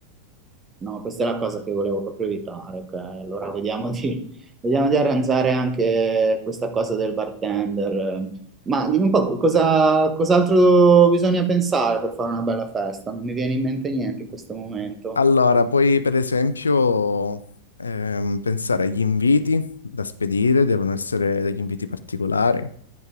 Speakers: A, on the right; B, on the left.
A: No, questa è la cosa che volevo proprio evitare. ok? Allora vediamo di, vediamo di arrangiare anche questa cosa del bartender. Ma dimmi un po' cosa, cos'altro bisogna pensare per fare una bella festa? Non mi viene in mente niente in questo momento.
B: Allora, puoi per esempio ehm, pensare agli inviti da spedire, devono essere degli inviti particolari,